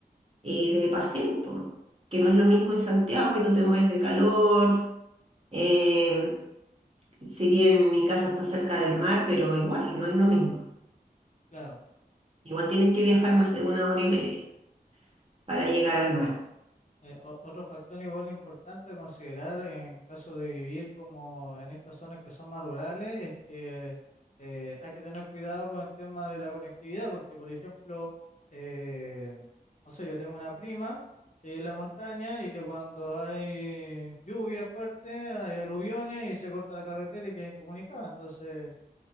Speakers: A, on the right; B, on the left.
A: y de pasear, po. Que no es lo mismo en Santiago, que tú te mueres de calor, eh, si bien mi casa está cerca del mar, pero igual, no es lo mismo.
B: Claro.
A: Igual tienes que viajar más de una hora y media para llegar al mar.
B: claro. Eh, o- otro factor igual importante a considerar en caso de vivir como en estas zonas que son más rurales es que eh, hay que tener cuidado con el tema de la conectividad, porque por ejemplo, eh, no sé, yo tengo una prima que es en la montaña y que cuando hay lluvia fuerte, hay aluviones y se corta la carretera y queda incomunicada. Entonces,